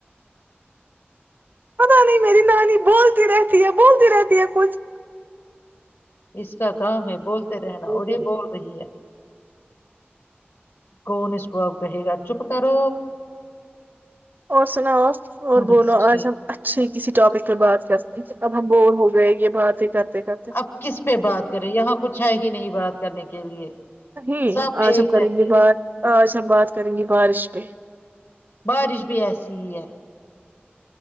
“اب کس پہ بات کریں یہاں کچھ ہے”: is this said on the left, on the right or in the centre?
Left